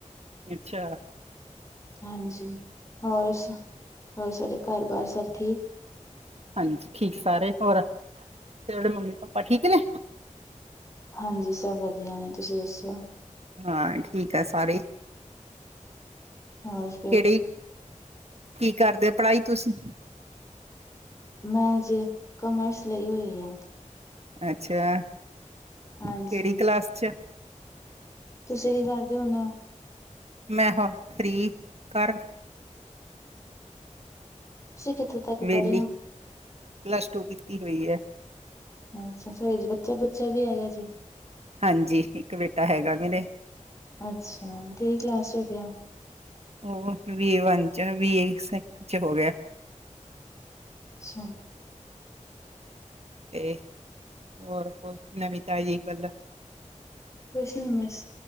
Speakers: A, on the right; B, on the left.
A: ਅੱਛਾ।
B: ਹਾਂਜੀ ਹੋਰ ਸ, ਹੋਰ ਸਾਰੇੇ ਘਰ ਬਾਰ ਸਬ ਠੀਕ।
A: ਹਾਂਜੀ ਠੀਕ ਸਾਰੇ ਹੋਰ, ਤੇ ਥੋਡੇ ਮੰਮੀ-ਪਾਪਾ ਠੀਕ ਨੇ।
B: ਹਾਂਜੀ ਸਬ ਵਦੀਆ ਨੇ ਤੁਸੀਂ ਦੱਸੋ
A: ਹਾਂ ਠੀਕ ਆ ਸਾਰੇ,
B: ਹੋਰ ਫਿਰ
A: ਕੇੜੀ ਕੀ ਕਰਦੇ ਓਂ ਪੜਾਈ ਤੁਸੀਂ।
B: ਮੈਂ ਜੇ ਕਾਮਰਸ ਲਈ ਹੋਈ ਐ।
A: ਅੱਛੇਆ,
B: ਹਾਂਜੀ
A: ਕੇੜੀ ਕਲਾਸ ਚ
B: ਤੁਸੀਂ ਕੀ ਕਰਦੇ ਹੁੰਨੇ ਓਂ।
A: ਮੈਂ ਹੁਨ ਫਰੀ ਘਰ
B: ਤੁਸੀਂ ਕਿੱਥੇ ਤੱਕ
A: ਵੇਲੀ,
B: ਪੜ੍ਹੇ ਹੋ
A: ਪਲੱਸ ਟੂ ਕੀਤੀ ਹੋਈ ਐ।
B: ਅੱਛਾ ਸ ਬੱਚਾ ਬੁੱਚਾ ਵੀ ਹੈਗਾ ਜੀ।
A: ਹਾਂਜੀ ਇੱਕ ਬੇਟਾ ਹੈਗਾ ਮੇਰੇ।
B: ਅੱਛਾ ਕੇੜੀ ਕਲਾਸ ਚ ਹੋ ਗੇਆ।
A: ਓਹੋ ਵੀਏ ਵੰਨ ਚ ਵੀ ਏ ਇਕ ਸੈਕਿੰਡ ਚ ਹੋ ਗੇਆ।
B: ਅੱਛਾ।
A: ਤੇ ਹੋਰ ਕੋਈ ਨਵੀਂ ਤਾਜ਼ੀ ਗੱਲ
B: ਕੁਛ ਨੀ ਬਸ